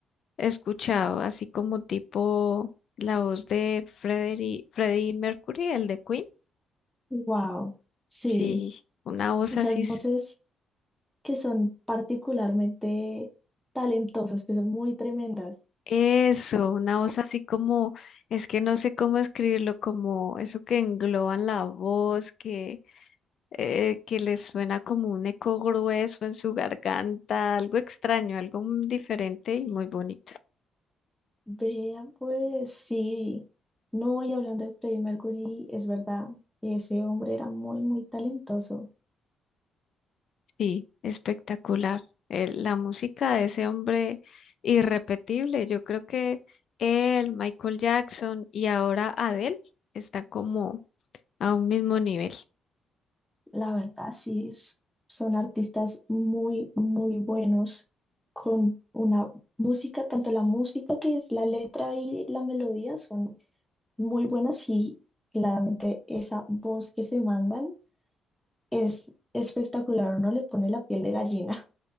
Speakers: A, on the left (about 60°); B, in the centre.
A: he escuchado, así como tipo la voz de Freddie, Freddie Mercury, el de Queen.
B: Wow, sí,
A: Sí, una voz
B: esas
A: así, s-
B: voces. que son particularmente talentosas, que son muy tremendas.
A: eso, una voz así como, es que no sé cómo escribirlo, como eso que engloban la voz, que eh, que les suena como un eco grueso en su garganta, algo extraño, algo m- diferente y muy bonito.
B: Vea, pues sí, no, y hablando de Freddie Mercury, es verdad, ese hombre era muy, muy talentoso.
A: Sí, espectacular. Eh, la música de ese hombre irrepetible. Yo creo que él, Michael Jackson y ahora Adele están como a un mismo nivel.
B: La verdad, sí, es- son artistas muy, muy buenos con una música, tanto la música que es la letra y la melodía son muy buenas y claramente esa voz que se mandan es espectacular, uno le pone la piel de gallina.